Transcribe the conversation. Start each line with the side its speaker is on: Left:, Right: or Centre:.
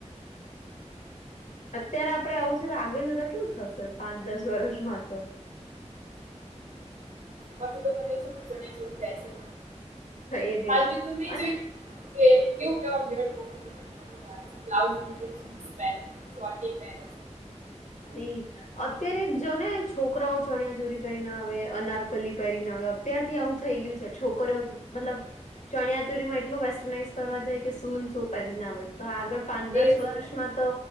Left: અત્યારે આપડે આવું છ તો આગળ જતા કેવું થશે પાંચ દસ વર્ષમાં તો
Right: હજુ તો મને જણ્યા જ બેસે
Left: એજ
Right: હાલ
Left: એજ
Right: બી તું નહી
Left: અને
Right: જોઈતી કે કેવું કેવા <unintelligible> કોમ્ બની છે બ્લાઉ જીન્સ પ છે શ પહેરે છે.
Left: ઈજ અત્યારે જો ને છોકરાઓ ચણિયા ચોરી પહેરીને આવે અનારકલી પહેરીને આવે તત્યારથી આવું થઈ ગયું છે છોકરિયો મતલબ ચણચોરીમાં એટલું વેસ્ટર્નાઈઝ કરવા જાય કે સૂ ને શો પહેરીને આવે તો આગળ પાંચ
Right: છે
Left: દસ
Right: એ જ
Left: વર્ષમાં તો